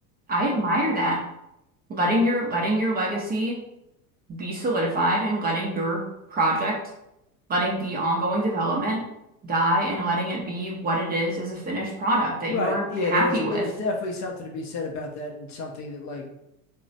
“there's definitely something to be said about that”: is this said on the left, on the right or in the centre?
Left